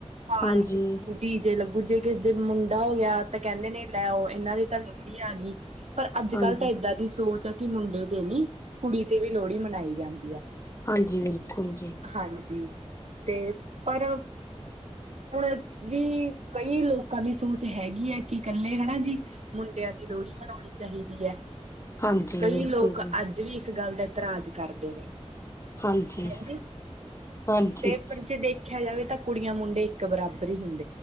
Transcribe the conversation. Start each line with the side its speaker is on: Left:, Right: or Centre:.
Right: ਪਾਲਟੀ
Left: ਹਾਂਜੀ
Right: ਹੋਓਗੀ, ਡੀ ਜੇ ਲ ਗੂਜੇ ਕਿਸੇ ਦੇ ਮੁੰਡਾ ਹੋ ਗਿਆ ਤਾਂ ਕਹਿੰਦੇ ਨੇ ਲੈਓ ਇਹਨਾਂ ਦੀ ਤਾਂ ਲੋਹੜੀ ਆ ਗਈ ਪਰ ਅੱਜ
Left: ਹਾਂਜੀ
Right: -ਕੱਲ ਤਾਂ ਇਏਦਾਂ ਦੀ ਸੋਚ ਹੈ ਕਿ ਮੁੰਡੇ ਤੇ ਨੀ ਕੁੜੀ ਤੇ ਵੀ ਲੋਹੜੀ ਮਨਾਈ ਜਾਂਦੀ ਆ,
Left: ਹਾਂਜੀ ਬਿਲਕੁਲ ਜੀ
Right: ਹਾਂਜੀ ਤੇ ਪਰ ਹੁਣ ਵੀ ਕਈ ਲੋਕਾਂ ਦੀ ਸੋਚ ਹੈਗੀ ਹੈ ਕਿ ਇਕੱਲੇ ਹੈਨਾ ਜੀ ਮੁੰਡੇ ਦੀ ਲੋਹੜੀ ਮਨਾਉਣੀ ਚਾਹੀਦੀ ਹੈ।
Left: ਹਾਂਜੀ
Right: ਕਈ
Left: ਬਿਲਕੁਲ
Right: ਲੋਕ
Left: ਜੀ
Right: ਅੱਜ ਵੀ ਇਸ ਗੱਲ ਇਤਰਾਜ ਕਰਦੇ ਨੇ
Left: ਹਾਂਜੀ
Right: ਹਂਜੀ
Left: ਹਾਂਜੀ
Right: ਤੇ ਪਰ ਜੇ ਦੇਖਿਆ ਜਾਵੇ ਤਾਂ ਕੁੜੀਆਂ- ਮੁੰਡੇ ਇੱਕ ਬਰਾਬਰ ਹੀ ਹੁੰਦੇ